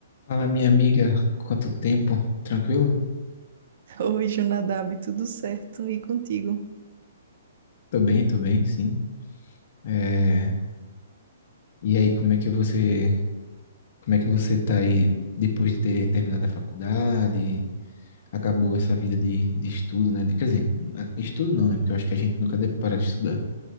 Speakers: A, on the left (about 50°); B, on the right (about 50°).
A: Fala, minha amiga, quanto tempo? Tranquilo?
B: Oi, Jonadab, tudo certo? E contigo?
A: Tô bem, tô bem, sim. É, E aí, como é que você, como é que você tá aí depois de ter terminado a faculdade? Acabou essa vida de, de estudo, né? De- Quer dizer, a- estudo não, né? Porque eu acho que a gente nunca deve parar de estudar.